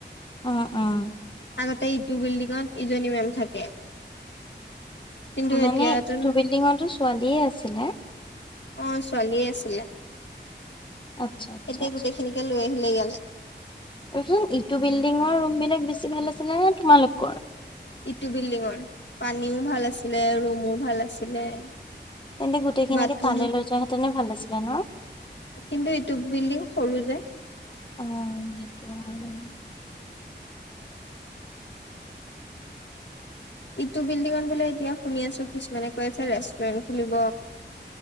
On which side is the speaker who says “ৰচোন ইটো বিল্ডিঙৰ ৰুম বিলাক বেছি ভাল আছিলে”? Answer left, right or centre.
Left